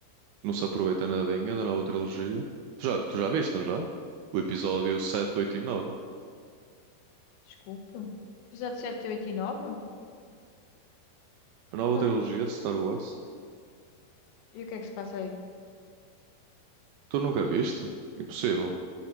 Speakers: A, on the right (about 80°); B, on the left (about 80°).
A: Não se aproveita nadinha da nova trilogia. Tu já, tu já viste, não já? O episódio sete oito e nove
B: Desculpa. Episódio 7, 8 e 9.
A: A nova
B: Ah,
A: trilogia de Star Wars.
B: e o que é que se passa aí?
A: Tu nunca viste? Impossível.